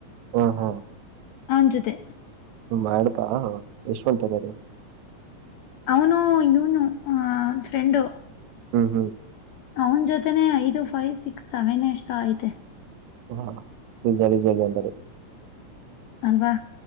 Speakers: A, on the right; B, on the left.
A: ಹಾ ಹಾ
B: ಹಂಜತೆ
A: ಮಾಡ್ತಾ ಯಶವಂತ ಮದು
B: ಅವನು ಇವನು ಆ ಒಂದ ಫ್ರೆಂಡು
A: ಹ್ಮ್ ಹ್ಮ್
B: ಅವನ ಜೊತೆನೆೇ ಐದು ಫೈವ್ ಸಿಕ್ಸ್ ಸೆವೆನ್ ಎಷ್ಟ ಆಐತೆ
A: ಹಾ ಬ ಜ ಅಂದಾರೆ
B: ಅಲ್ವಾ